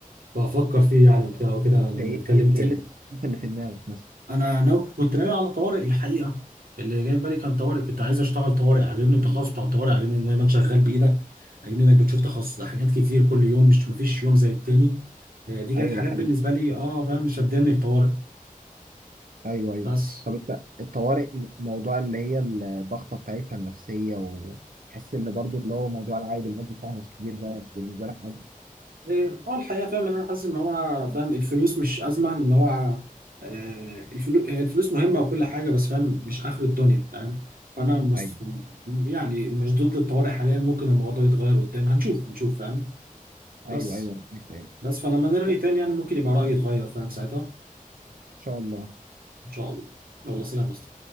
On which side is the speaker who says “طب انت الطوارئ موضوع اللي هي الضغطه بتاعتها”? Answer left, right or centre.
Right